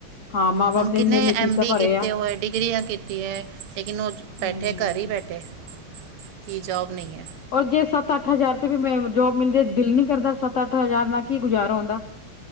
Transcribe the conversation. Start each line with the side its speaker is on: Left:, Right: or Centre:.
Left: ਹਾਂ ਮਾਂ ਬਾਪ
Right: ਹੁਣ
Left: ਨੇ
Right: ਕਿੰਨੇ
Left: ਇੰਨੇ ਇੰਨੇ ਫੀਸਾਂ
Right: ਐਮ ਬੀ
Left: ਭਰੇ
Right: ਕੀਤੇ
Left: ਆ
Right: ਹੋਏ ਡਿਗਰੀਆਂ ਕੀਤੀਆਂ ਹੈ। ਲੇਕਿਨ ਉਹ
Left: ਹਮ
Right: ਬੈਠੇ ਘਰ ਹੀ ਬੈਠੇ ਕੀ ਜੋਬ ਨਹੀਂ ਹੈ।
Left: ਔਰ ਜੇ ਸੱਤ -ਅੱਠ ਹਜ਼ਾਰ ਤੇ ਵੀ ਮੈਂ ਜੋਬ ਮਿਲਦੀ ਦਿਲ ਨੀ ਕਰਦਾ ਸੱਤ -ਅੱਠ ਹਜ਼ਾਰ ਨਾਲ ਕੀ ਗੁਜ਼ਾਰਾ ਆਉਂਦਾ।